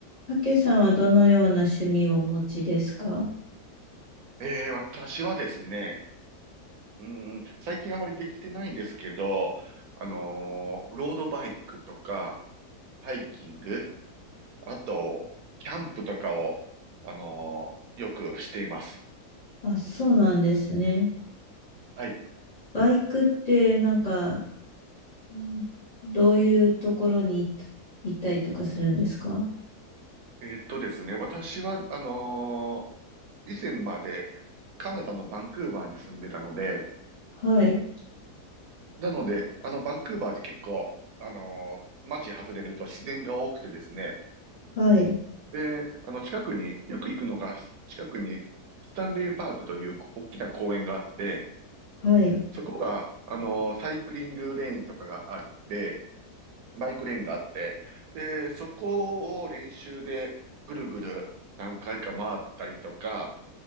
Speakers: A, on the left (about 30°); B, on the right (about 70°).
A: たけさんはどのような趣味をお持ちですか
B: ええ、私はですね、うーん、最近あまりできてないんですけど、あのーロードバイクとか、ハイキング、あと、キャンプとかを、あのーよくしています。
A: あ、そうなんですね。
B: はい。
A: バイクってなんか、うんどういうところに行っ行ったりとかするんですか
B: えーっとですね、私は、あのー以前までカナダのバンクーバーに住んでたので、
A: はい、
B: なので、あの、バンクーバーって結構、あのー街外れると自然が多くてですね、
A: はい、
B: で、あの、近くに、よく行くのが、近くに、スタンレーパークという大きな公園があって、
A: はい。
B: そこが、あの、サイクリングレーンとかがあって、バイクレーンがあって、で、そこを練習でぐるぐる何回か回ったりとか、